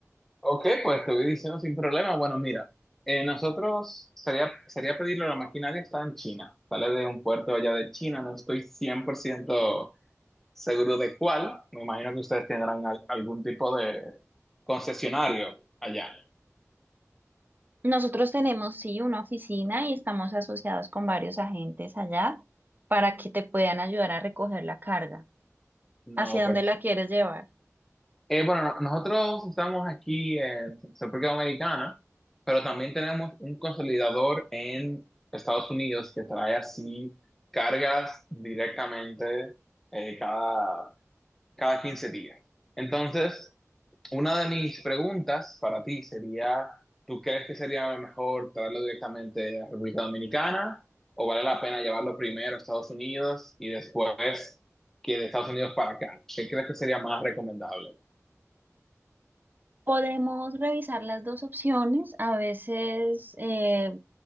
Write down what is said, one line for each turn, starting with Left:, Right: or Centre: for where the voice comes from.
Centre: Ok, pues te voy diciendo sin problema. Bueno, mira, eh, nosotros sería, sería pedirlo, la maquinaria está en China, sale de un puerto allá de China, no estoy 100% seguro de cuál. Me imagino que ustedes tendrán al- algún tipo de concesionario allá.
Right: Nosotros tenemos, sí, una oficina y estamos asociados con varios agentes allá para que te puedan ayudar a recoger la carga.
Centre: No,
Right: ¿Hacia dónde
Centre: pero
Right: la quieres llevar?
Centre: eh, bueno, no, nosotros estamos aquí en República Dominicana, pero también tenemos un consolidador en Estados Unidos que trae así cargas directamente eh, cada, cada 15 días. Entonces, Una de mis preguntas para ti sería, ¿tú crees que sería mejor traerlo directamente a República Dominicana o vale la pena llevarlo primero a Estados Unidos y después que de Estados Unidos para acá? ¿Qué crees que sería más recomendable?
Right: Podemos revisar las dos opciones. A veces eh,